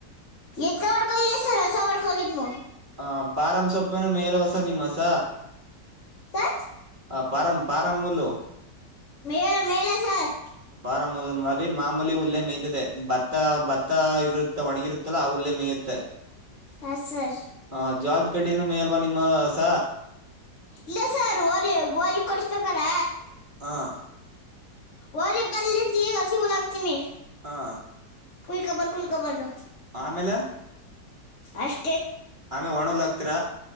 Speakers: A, on the left (about 45°); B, on the right (about 30°).
A: ಎತ್ಕ ವಡ್ಕೊ ಹೋಗಿದ್ದೆ ಸರ್ ಹಸ ವಡ್ಕೊ ಹೊಗಿದ್ನು.
B: ಹ ಪಾರಂ ಸೊಪ್ಪೇನು ಮೇಲವ ಸರ್ ಏನ್ ನಿಮ್ ಹಸ.
A: ಸರ್
B: ಆ ಪಾರಂ ಪಾರಂ ಹುಲ್ಲು.
A: ಮೇಳ ಮೇಳ ಸಾರ್.
B: ಪಾರಮೂಲ್ ಮರಿ ಮಾಮೂಲಿ ಹುಲ್ಲೆ ಮೆಯತದೆ ಭತ್ತ ಭತ್ತ ಇರುತ್ತ ಒಣಗಿರುತ್ತಲ್ಲ ಆ ಉುಲ್ಲೆ ಮೇಯ್ಯುತ್ತೆ.
A: ಹಾ ಸರ್
B: ಹಾ ಜ್ವಾಳದ್ ಕಡ್ಡಿನು ಮೇಲ್ವಾ ನಿಮ್ ಆ ಹಸ.
A: ಇಲ್ಲ ಸರ್ ವೊರಿ ಓರಿ ಕೊಡುಸ್ಬೇಕಲ್ಲ.
B: ಹಾಂ
A: ಓರಿ ಬರ್ಲಿಗ್ದಿ ಅಸಿ ಹುಲ್ ಆಗ್ತಿಮಿ.
B: ಹಾ
A: ಕುಯ್ಕೊ ಬಂದ್ ಕುಯ್ಕೊ ಬಂದ್.
B: ಆಮೇಲೆ
A: ಅಷ್
B: ಆಮೆ ಒಣ್ ಹುಲ್ ಹಾಕ್ ತಿರ.